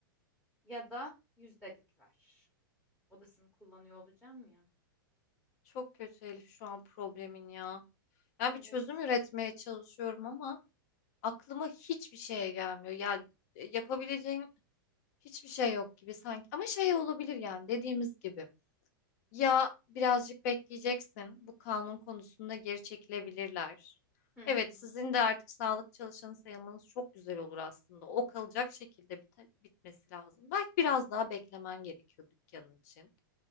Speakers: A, in the centre; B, on the left.
A: ya da yüzdelik ver. Odasını kullanıyor olacağım ya.
B: Çok kötü Elif şu an problemin ya. Ben
A: Evet.
B: bir çözüm üretmeye çalışıyorum ama aklıma hiçbir şeye gelmiyor. Ya yapabileceğin hiçbir şey yok gibi sanki. Ama şey olabilir yani dediğimiz gibi. Ya birazcık bekleyeceksin. Bu kanun konusunda geri çekilebilirler.
A: Hı
B: Evet,
A: hı.
B: sizin de artık sağlık çalışanı sayılmanız çok güzel olur aslında. O kalacak şekilde bite- bitmesi lazım. Belki biraz daha beklemen gerekiyor dükkanın için.